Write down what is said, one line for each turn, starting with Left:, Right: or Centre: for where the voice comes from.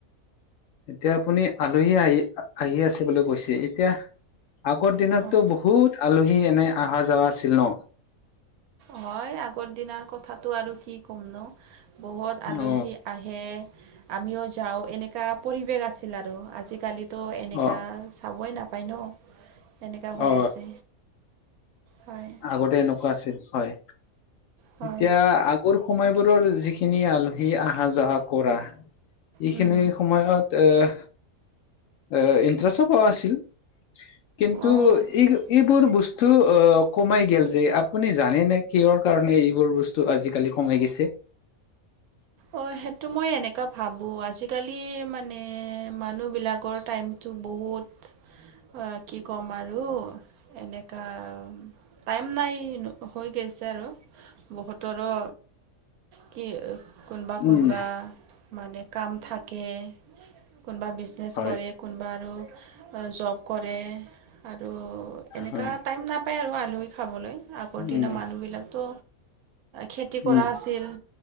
Left: এতিয়া আপুনি আলহী আহি আহি আছে বুলি কৈছে এতিয়া আগৰ দিনতো
Right: হয়
Left: বহুত আলহী এনে অহা যোৱা আছিল ন
Right: হয় আগৰ দিনাৰ কথাতটো আৰু কি ক'ম ন বহুত আলহী
Left: অ
Right: আহি হে আমিও যাওঁ এনেকা পৰিৱেশ আছিল আৰু আজিকালি তো এনেকা
Left: অ
Right: চাবই নাপায় ন তেনেকা হৈ
Left: অ
Right: আছে হয়।
Left: আগতে এনেকুৱা আছিল হয়
Right: হয়
Left: এতিয়া আগৰ সময়বোৰৰ যিখিন খিনি আলহী আহা যোৱা কৰা এইখিনি
Right: উম
Left: সময়ত এ এ ইণ্টাৰেষ্টো পোৱা আছিল কিন্তু
Right: অঁ আছিল
Left: এই এইবোৰ বস্তু কমাই গেল যে আপুনি জানেনে কিহৰ কাৰণে এইবোৰ বস্তু তো আজিকালি কমাই গৈছে
Right: অ সেইটো মই এনেকা ভাবোঁ আজিকালি মানে মানুহবিলাকৰ টাইম টো বহুত কি ক'ম আৰু এনেকুৱা টাইম নাই হৈ গেছে আৰু বহুতৰো কি কোনবা কোনবা
Left: উম
Right: মানে কাম থাকে কোনোবা বিজনেছ
Left: হয়
Right: কৰে কোনোবা আৰু জব কৰে আৰু এনেকুৱা
Left: হয়
Right: টাইম নাপায় আৰু আলহী খাবলৈ আগৰ দিনা
Left: উম
Right: মানুহবিলাকতো খেতি কৰা
Left: উম
Right: আছিল